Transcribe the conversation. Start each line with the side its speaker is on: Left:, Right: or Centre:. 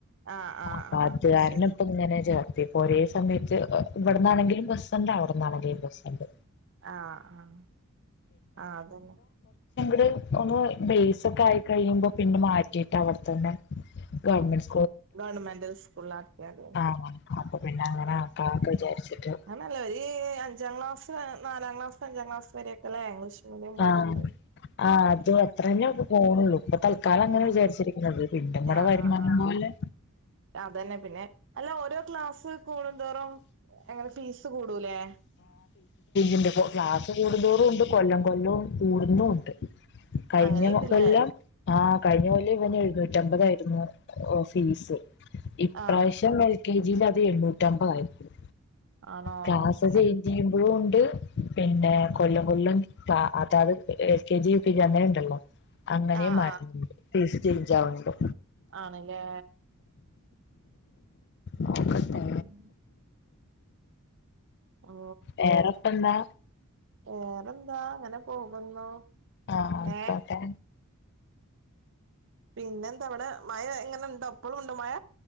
Right: ആഹ് ആഹ്
Left: അപ്പൊ
Right: ആഹ്
Left: അത്കാരണം
Right: ശരി
Left: ഇപ്പ ഇങ്ങനെ ചേ ഇപ്പോ ഒരേ സമയത്ത് ഇവിടന്നാണെങ്കിലും ബസ്ണ്ട് അവിടന്നാണെങ്കിലും ബസ്ണ്ട്
Right: ആഹ് ആഹ് ആഹ് അതന്നെ
Left: ടെ ഒന്ന് ബേസൊക്കെ ആയി കഴിയുമ്പോ പിന്നെ മാറ്റിയിട്ട് അവിടെത്തന്നെ ഗവൺമെന്റ് സ്
Right: ഗവൺമെന്റ് സ്കൂളാക്കിയാല്
Left: ആഹ് അപ്പൊ പിന്നെ അങ്ങനെ ആക്കാന്നൊക്കെ വിചാരിച്ചിട്ട്
Right: അങ്ങനല്ല ഈ അഞ്ചാം ക്ലാസ് നാലാം ക്ലാസ് അഞ്ചാം ക്ലാസ് വരെക്കെല്ലേ ഇംഗ്ലീഷ് മീഡിയം പോയാണ്ട്
Left: ആഹ് ആഹ് അത് അത്ര തന്നെ പോണുള്ളൂ ഇപ്പൊ തൽക്കാലം അങ്ങനെ
Right: ആഹ്
Left: വിചാരിച്ചിരിക്കുന്നത് പിന്നെ നമ്മടെ
Right: ആഹ്
Left: വരുമാനം
Right: ആഹ്
Left: പോലെ
Right: അതന്നെ പിന്നെ അല്ല ഓരോ ക്ലാസ്സ് കൂടുന്തോറും എങ്ങനെ ഫീസ് കൂടൂലേ
Left: ഇണ്ട് ക്ലാസ് കൂടുന്തോറും ഉണ്ട് കൊല്ലം കൊല്ലവും കൂടുന്നുണ്ട് കഴിഞ്ഞ
Right: അങ്ങനെയുണ്ടല്ലേ
Left: മുമ്പെല്ലാം ആഹ് കഴിഞ്ഞ പോലെ ഇവന് എഴുന്നൂറ്റ അമ്പതായിയിരുന്നു ഓഫീസ് ഇപ്രാവശ്യം
Right: ആഹ്
Left: വെ <unintelligible> എന്നുട്ടമ്മത് ആയപ്പോഴ്
Right: ആണോ
Left: കാഷ <unintelligible>
Right: ആഹ്
Left: ഇത് പിന്നെ കൊല്ലം കൊല്ലം ക്ലാ അചാ <unintelligible> എൽക്കെ ജി യു ക്കെ ജി അങ്ങനെ ഇണ്ടല്ലൊ അങ്ങെനേയു
Right: ആഹ്
Left: മാറ്റ് <inaudible> ഇഞ്ചാവ്ണ്ട്
Right: ആണ് ലേ
Left: നോക്കട്ടെ
Right: <inaudible> ഓ
Left: വേറെപ്പെന്താ
Right: വേറെന്താ അങ്ങനെ പോകുന്നു
Left: ആഹ് ആയ്ക്കോട്ടെ
Right: ഏഹ് പിന്നെന്താ ഇവടെ മഴ ഇങ്ങന ഇണ്ടൊ ഇപ്പൊളൂണ്ടൊ മഴ